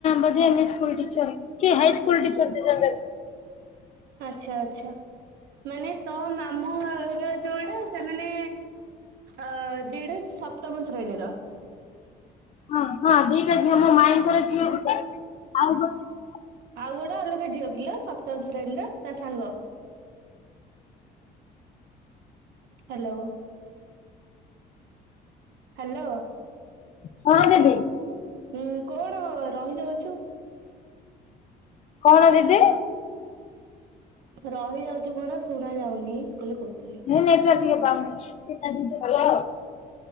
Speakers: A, on the left; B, on the right.
A: ବୋଧେ ୟୁପି ସ୍କୁଲ ଟିଚର କି ହାଇସ୍କୁଲ ଟିଚର
B: ଆଚ୍ଛା ଆଚ୍ଛା ମାନେ ତୋ ମାମୁଁ ର ଯୋଉଡ଼ା ସେମାନେ ଅ ଦିଟା ସପ୍ତମ ଶ୍ରେଣୀର
A: ହଁ ହଁ ଦିଟା ଝିଅ ମୋ ମାାଇଙ୍କର ଝିଅ ଗୋଟେ ଆଉ ଗୋଟେ
B: ଆଉ ଗୋଟେ ଅଲଗା ଝିଅ କିଲୋ ସପ୍ତମ ଶ୍ରେଣୀର ତା ସାଙ୍ଗ ହ୍ୟାଲୋ ହାଲୋ
A: ହଁ ଦିଦି।
B: ହୁଁ କଣ ରହିଯାଉଛୁ?
A: କଣ ଦିଦି?
B: ରହିଯାଉଛୁ କଣ ଶୁଣାଯାଉନି ବୋଲି କହୁଥିଲି।
A: ମୁଁ ନେଟୱାର୍କ ଟିକେ ପାଉନି ସେଇଟା ଭଲ